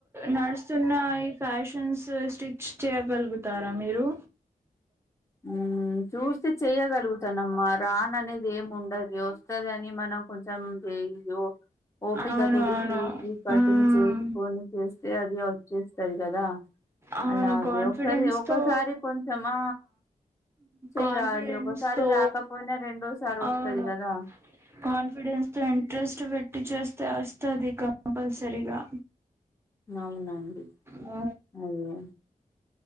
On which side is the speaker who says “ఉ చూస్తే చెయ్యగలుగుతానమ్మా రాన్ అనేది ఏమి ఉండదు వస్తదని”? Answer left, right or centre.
Left